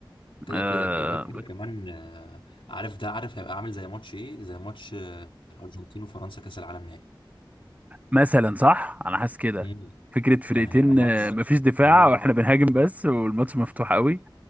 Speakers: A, on the left; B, on the right.
A: كده
B: آه
A: كده وغير كده كمان آه، عارف ده عارف هيبقى عامل زي ماتش ايه زي ماتش آه، الارجنتين وفرنسا كاس العالم نهائي
B: مثلا صح أنا حاسس كده
A: مم.
B: فكرة فرقتين
A: كان هيبقى ماتش
B: آه، مفيش دفاع
A: اه
B: واحنا بنهاجم بس والماتش مفتوح
A: مم.
B: قوي